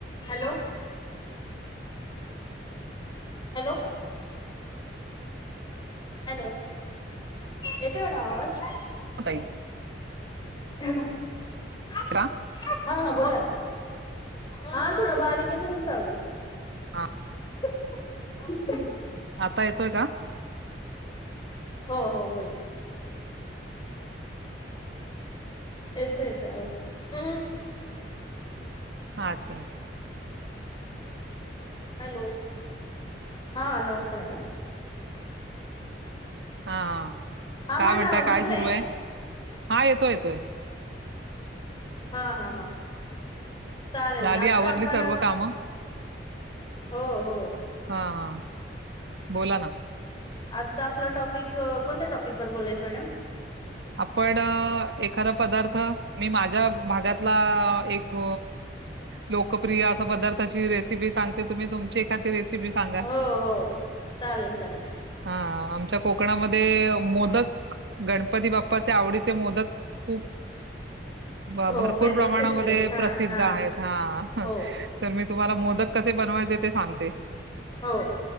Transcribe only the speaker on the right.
त <unintelligible>
हरा <unintelligible>
हा
आता येतोय का
अच्छा अचछा
हा
काय
म्हणताय
काय
सुरू आहे हा येतोय येतोय
झाली
आवरली
सर्व कामं
हा हा बोला ना
आपण एखादा पदार्थ मी माझ्या भागातला एक लोकप्रिय असं पदार्थची रेसिपी सांगते तुम्ही तुमची का त रेसिपी सांगा
हा आमच्या कोकणामध्ये मोदक गणपती बाप् पप्पाचे आवडीचे मोदक खूप ब
भरपूर
प्रमाणामध्ये
प्रसिद्ध
आहेत हा
तर मी तुम्हाला मोदक कसे बनवायचे ते सांगते